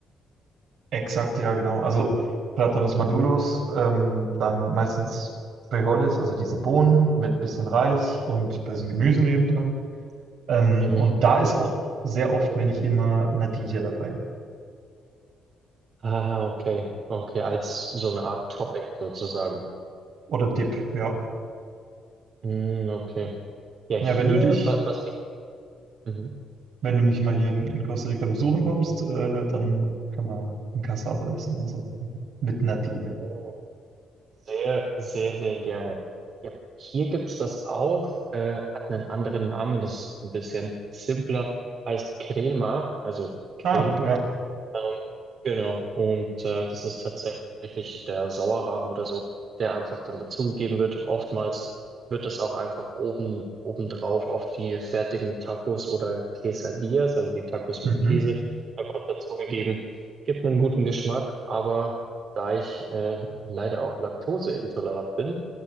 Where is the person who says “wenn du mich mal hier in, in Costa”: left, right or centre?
Right